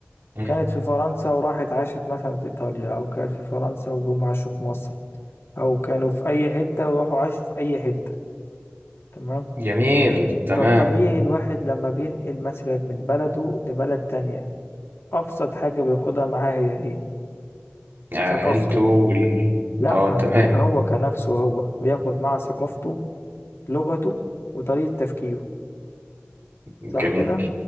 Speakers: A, on the right; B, on the left.
A: مم،
B: كانت في فرنسا وراحت عاشت مثلا في إيطاليا أو كانت في فرنسا وجم عاشوا في مصر أو كانوا في أي حتة وراحوا عاشوا في أي حتة تمام
A: جميل تمام
B: فالطبيعي الواحد لما بينقل مثلا من بلده لبلد تانية أبسط حاجة بياخدها معاه هي إيه؟
A: عيلته
B: ثقافته
A: وال...
B: لأ
A: اه تمام
B: هو كنفسه هو بياخد معاه ثقافته لغته وطريقة تفكيره
A: جميل
B: صح كده؟